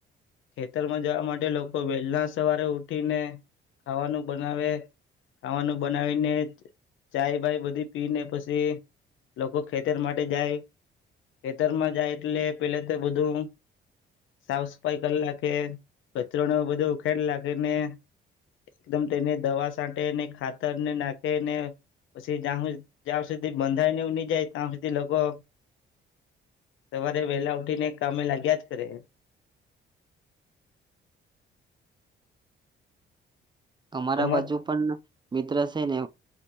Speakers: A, on the left; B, on the right.
A: ખેતરમાં જવા માટે લોકો વહેલા સવારે ઉઠીને ખાવાનું બનાવે. ખાવાનું બનાવીને ચાય બાય બધી પીને પસી લોકો ખેતર માટે જાય. ખેતરમાં જાય એટલે પે તો બધું સાફ સફાઈ કલ લાખે. કચરોને એવું બધું ઉખેડ લાખેને એકદમ તેને દવા સાંટેને ખાતરને નાખે ને પછી જાઉં જ્યાં સુધી બંધાઈને એવું ની જાય તા હુધી લોકો સવારે વેલા ઉઠીને કામે લાગ્યા જ કરે.
B: અમારા
A: તમા
B: બાજુ પણ મિત્ર સે ને